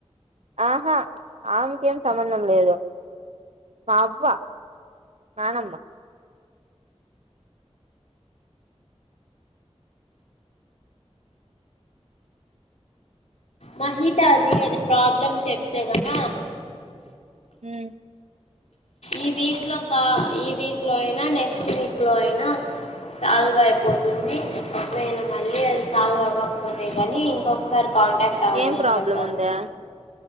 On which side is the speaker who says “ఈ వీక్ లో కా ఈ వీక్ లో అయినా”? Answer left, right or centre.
Left